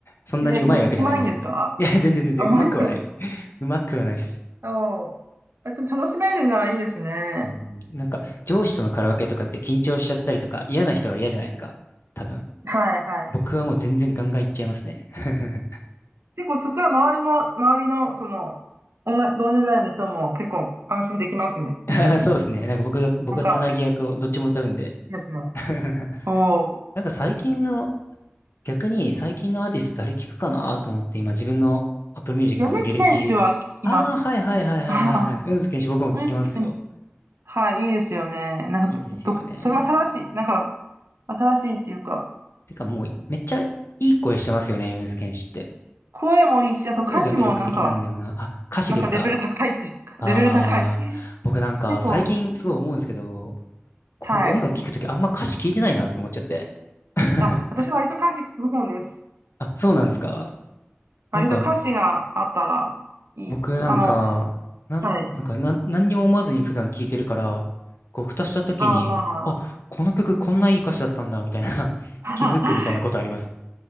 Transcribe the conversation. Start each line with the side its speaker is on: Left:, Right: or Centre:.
Left: そんなに上手いわけじゃないんですけど。
Right: え、歌うまいんですか
Left: いや、全然全然上手くはないです。
Right: あ、うまいから。
Left: 上手くはないです。
Right: そう。あ、でも楽しめるならいいですね。
Left: うん、なんか、上司とのカラオケとかって緊張しちゃったりとか、嫌な人は嫌じゃないですか。多分。
Right: はい、はい。
Left: 僕はもう全然ガンガンいっちゃいますね。<laughs>
Right: 結構、そしたら周りも、周りの、その、女同年代の人も結構安心できますね。
Left: <laughs>
Right: いいですね。
Left: そうですね。なんか僕が、僕がつなぎ役をどっちも歌うんで。
Right: なんか、いいですね。
Left: <laughs>
Right: おお。
Left: なんか最近の、逆に最近のアーティスト誰聞くかなと思って今自分の Apple Music
Right: よ米津玄師は聞きます。
Left: の履歴。ああ、はいはいはいはいはいはい。
Right: <laughs> ああ、
Left: 米津玄師僕も聞きますよ。
Right: 米津玄師。はい、いいですよね。なんか、
Left: いいですよね。
Right: ど、ど、それも新しい、なんか、新しいっていうか、
Left: てかもうめっちゃいい声してますよね、米津玄師って。
Right: 声もいいし、あと歌詞もなんか、
Left: 声が魅力的なんだよな。あ、歌詞ですか
Right: なんかレベル高いっていうか、
Left: ああー、
Right: <laughs> レベル高い。
Left: 僕なんか最近すごい思うんですけど、
Right: 結構、はい。
Left: 僕音楽聞くときあんま歌詞聞いてないなって思っちゃって。<laughs>
Right: あ、私割と歌詞聞く方です。
Left: あ、そうなんですか
Right: 割と歌詞があったらいい。
Left: なんか、僕なんか、
Right: あの、
Left: なん、
Right: はい。
Left: なんか、なん、何にも思わずに普段聴いてるから、こう、ふとした時に、
Right: あ、まあ。
Left: あ、この曲こんないい歌詞だったんだ、みたいな、<laughs>
Right: <laughs>
Left: 気づくみたいなことあります。